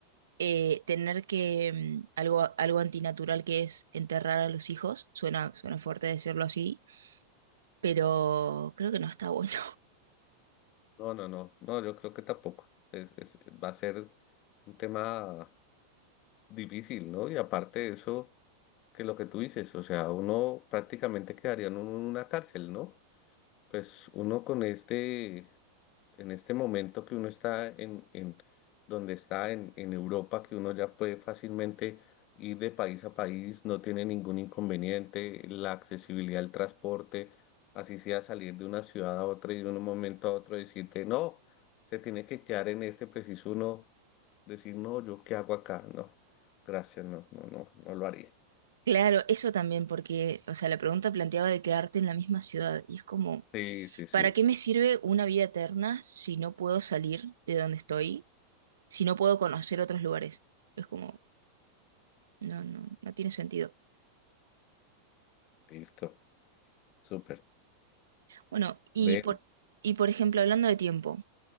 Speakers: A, on the right; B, on the left.
A: eh, tener que mm, algo, algo antinatural que es enterrar a los hijos, suena, suena fuerte decirlo así, pero creo que no está bueno. <laughs>
B: No, no, no, no, yo creo que tampoco. Es, es, va a ser un tema difícil, ¿no? Y aparte de eso, que lo que tú dices, o sea, uno prácticamente quedaría en un- una cárcel, ¿no? Pues uno con este, en este momento que uno está en, en donde está en, en Europa, que uno ya puede fácilmente ir de país a país, no tiene ningún inconveniente, la accesibilidad al transporte, así sea salir de una ciudad a otra y de un momento a otro decirte, no, se tiene que quedar en este preciso uno, decir, no, yo qué hago acá, no, gracias, no, no, no, no lo haría.
A: Claro, eso también, porque, o sea, la pregunta planteaba de quedarte en la misma ciudad, y es como,
B: Sí, sí, sí,
A: ¿para qué me sirve una vida eterna si no puedo salir de donde estoy, si no puedo conocer otros lugares? Es como, no, no, no tiene sentido.
B: listo, súper.
A: Bueno, y
B: Ve,
A: por, y por ejemplo, hablando de tiempo.